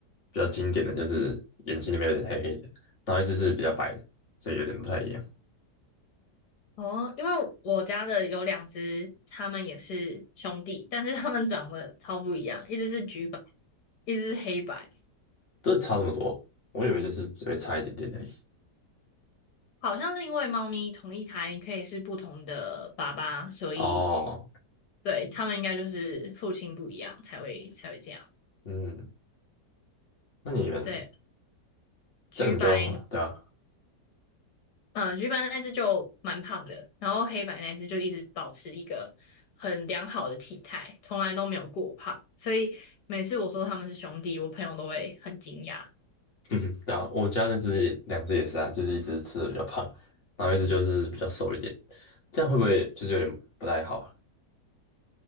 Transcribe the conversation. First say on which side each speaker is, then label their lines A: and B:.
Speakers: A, on the left; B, on the left.
A: 比较经典的，就是眼睛里面有点黑黑的，然后一只是比较白的，所以有点不太一样。
B: 哦，因为我家的有两只，它们也是兄弟，但是它们长得超不一样，一只是橘白，一只是黑白。
A: 这差这么多，我以为就是只会差一点点而已。
B: 好像是因为猫咪同一胎可以是不同的爸爸，所以
A: 哦，
B: 对它们应该就是父亲不一样才会才会这样。
A: 嗯，那你们
B: 对，橘白
A: 这样你就要画，对啊。
B: 嗯，橘白那只就蛮胖的，然后黑白那只就一直保持一个很良好的体态，从来都没有过胖，所以每次我说他们是兄弟，我朋友都会很惊讶。
A: 嗯哼，对啊，我家那只也两只也是啊，就是一只吃的比较胖，然后一只就是比较瘦一点，这样会不会就是有点不太好啊